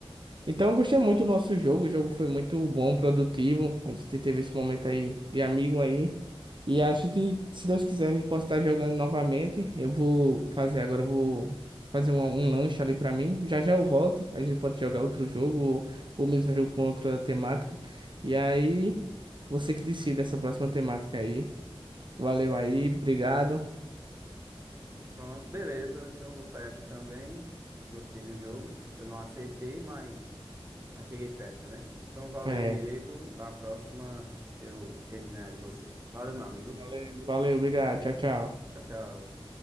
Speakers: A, on the right; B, on the right.
A: Então, eu gostei muito do nosso jogo. O jogo foi muito bom, produtivo. A gente teve esse momento aí de amigo aí. E acho que se Deus quiser, a gente pode estar jogando novamente. Eu vou fazer agora, eu vou fazer um, um lanche ali pra mim. Já já eu volto. A gente pode jogar outro jogo ou, ou mesmo jogo com outra temática. E aí, você que decide essa próxima temática aí. Valeu aí, obrigado.
B: Pronto, beleza. Então eu vou sair aqui também. Gostei do jogo. Eu não acertei, mas, mas cheguei perto, né? Então valeu,
A: É,
B: Diego. Na próxima eu tento ganhar de você. Valeu, meu amigo.
A: valeu, valeu, obrigado. Tchau, tchau.
B: Tchau, tchau.